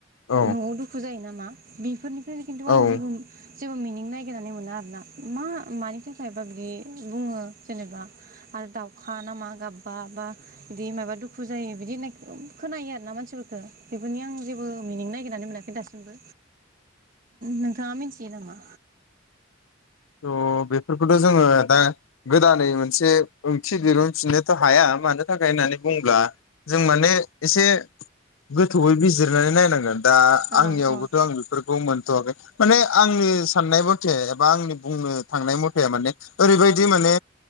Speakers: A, on the left; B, on the right.
A: औ
B: न'आव दुखु जायो नामा? बेफोरनि फ्राय खिन्थु
A: औ
B: आं
A: उम
B: जेबो जेबो मिनिं नायगिरनानै मोना आर ना मा मानि थाखायबा बिदि बुङो जेनेबा आरो दाउखा नामा गाबबा बा बिदि माबा दुखु जायो बिदि होननाय खोनायो आरोना मानसिफोरखो। बेफोरनि आं जेबो मिनिं नागिरनानै मोनाखै दासिमबो नोंथाङा मिथियो नामा?
A: थ' बेफोरखौथ' जोङो दा गोदानै मोनसे ओंथि दिहुनफिननोथ' हाया मानो थाखाय होननानै बुंङोब्ला जों माने एसे गोथौयै बिजिरनानै नायनांगोन। दा
B: औ
A: आंनियावबोथ'
B: औ
A: आं बेफोरखौ मोनथ'वाखै माने आंनि साननायाबोथ' एखे एबा बुंनो थांनाय मथा माने ओरैबायदि माने